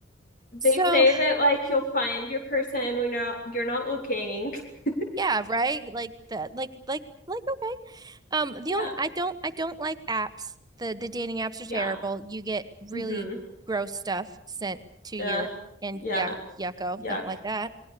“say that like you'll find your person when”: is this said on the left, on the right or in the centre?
Left